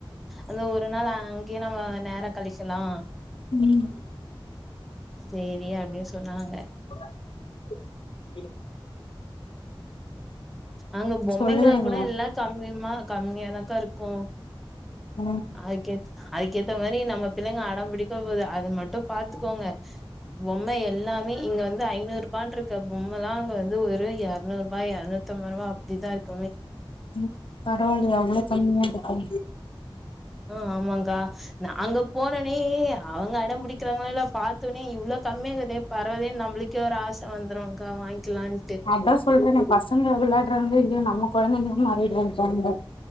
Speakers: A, in the centre; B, on the left.
A: அந்த ஒரு நாளே அங்கயே நம்ம நேர கழிக்கலா
B: ம்
A: சேரி அப்டின்னு சொன்னாங்க
B: <inaudible>
A: அங்க பொம்மைக
B: சொல்லிடுங்க
A: எல்லா காம்மி கம்மியானா தா அக்கா இருக்கு
B: ம்
A: அதுக்குஅதுக்குகேத்த மாரி நம்ம பிள்ளைங்க அடம் பிடிக்கு போது அது மட்டு பார்த்துக்கோங்க பொம்மை எல்லாமே இங்க வந்து ஐநூறு ரூபானு இருக்கா பொம்மைலா அங்க வந்து ஒரு இருநூறு ரூபாய் இருநூத்தி <unintelligible> அப்படிதா இருக்குமே
B: ம் பரவால்லையா அவ்ளோ கம்மியா இருக்கே
A: அ ஆமாங்க்கா நாங்க போனோனே அவுங்க அடம் பிடிக்கிறாங்களோ இல்லயோ பாத்தோனே இவ்ளோ கம்மியா இருக்குதே பரவாலயே நம்பளுக்கே ஒரு ஆச வந்துரு அக்கா வாங்கிக்லான்
B: அதா சொல்றனே பசங்க விளாடுறாங்களோ இல்லையோ நம்ம குழந்தைங்ளா மாறிட்றோங்கா நம்ப